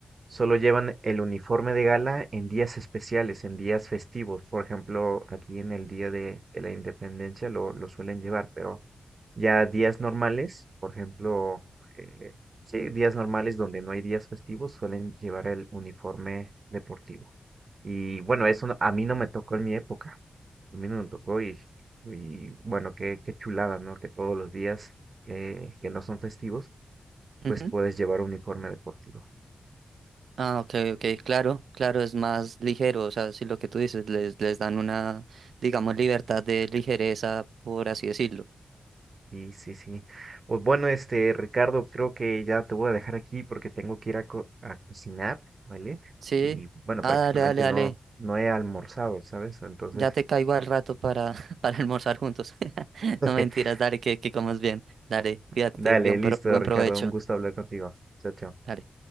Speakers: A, on the right (about 55°); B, on the right (about 85°).
A: solo llevan el uniforme de gala en días especiales, en días festivos. Por ejemplo, aquí en el Día de, de la Independencia lo, lo suelen llevar, pero ya días normales, por ejemplo, eh, sí, días normales donde no hay días festivos suelen llevar el uniforme deportivo. Y bueno, eso no- a mí no me tocó en mi época. A mí no me tocó y, y bueno, qué, qué chulada, ¿no? Que todos los días eh, que no son festivos
B: Ujú.
A: pues puedes llevar un uniforme deportivo.
B: Ah, ok, ok, claro, claro, es más ligero, o sea, sí, lo que tú dices, les, les dan una, digamos, libertad de ligereza, por así decirlo.
A: Y sí, sí. Pues bueno, este, Ricardo, creo que ya te voy a dejar aquí porque tengo que ir a, co- a cocinar, ¿vale?
B: Sí.
A: Y bueno,
B: Ah,
A: prácticamente
B: dale, dale, dale.
A: no, no he almorzado, ¿sabes? Entonces,
B: Ya te caigo al rato para, <laughs> para almorzar juntos. <laughs>
A: <laughs>
B: No mentiras, dale, que, que comas bien. Dale, cuídate,
A: dale,
B: bien,
A: listo,
B: pro- buen
A: Ricardo,
B: provecho.
A: un gusto hablar contigo. Chao, chao.
B: Dale.